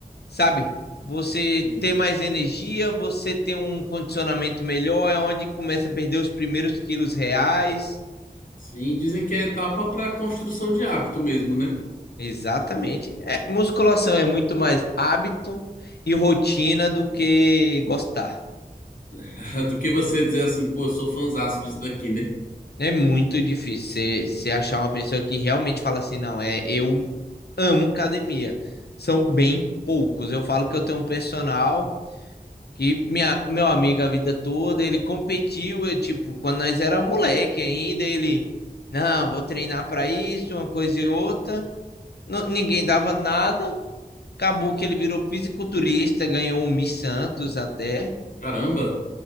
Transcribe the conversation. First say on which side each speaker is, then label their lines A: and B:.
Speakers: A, on the left; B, on the left.
A: sabe? Você
B: sim.
A: ter mais energia, você ter um condicionamento melhor, é onde começa a perder os primeiros quilos reais.
B: Sim, dizem que é etapa para construção de hábito mesmo, né?
A: Exatamente. É, musculação é muito mais hábito e rotina do que gostar.
B: <laughs> Do que você dizer assim, pô, eu sou fãzaço disso daqui, né?
A: É muito difícil você, você achar uma pessoa que realmente fala assim, não, é eu amo academia. São bem poucos. Eu falo que eu tenho um personal que minha, meu amigo a vida toda, ele competiu, eu, tipo, quando nós era moleque ainda, ele, não, vou treinar para isso, uma coisa e outra. Não- ninguém dava nada. Acabou que ele virou fisiculturista, ganhou um Miss Santos até.
B: Caramba!